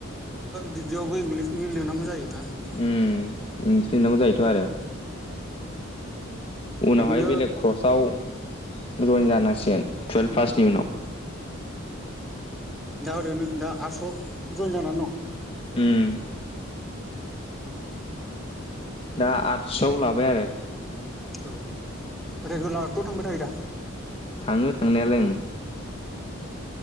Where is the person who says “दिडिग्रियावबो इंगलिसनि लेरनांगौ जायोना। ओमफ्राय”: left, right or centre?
Centre